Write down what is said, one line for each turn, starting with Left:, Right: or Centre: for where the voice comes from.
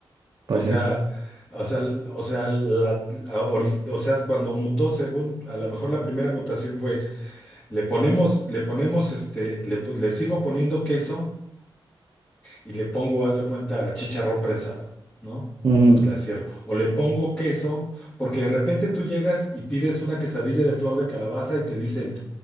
Left: O
Right: Pues
Left: sea,
Right: sí.
Left: o sea, l- o sea, la, a- ori- o sea, cuando mutó, según, a lo mejor la primera mutación fue, le ponemos, le ponemos, este, le, po- le sigo poniendo queso y le pongo, haz de cuenta, chicharrón prensado, ¿no?
Right: Ujú.
Left: Y la cierro. O le pongo queso, porque de repente tú llegas y pides una quesadilla de flor de calabaza y te dicen,